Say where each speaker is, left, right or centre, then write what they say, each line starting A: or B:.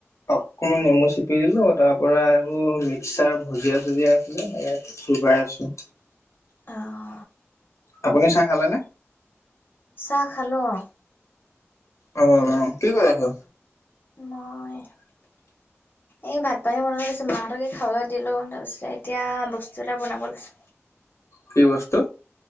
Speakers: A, on the left; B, on the left.
A: অকমান নেমু চেপি দিলো তাৰ পৰা এইবোৰ মিক্সাৰ ভূজিয়া চুজিয়া আছিলে। চোবাই আছো।
B: আহ।
A: আপুনি চাহ খালেনে।
B: চাহ খালো অ।
A: অ অ কি কৰি আছে।
B: মই। এই ভাত পানী বনাই লৈছো মাহঁতক কি খাৱলৈ দিলো তাৰ পিছত এতিয়া বস্তু এটা বনাব লৈছো।
A: কি বস্তু।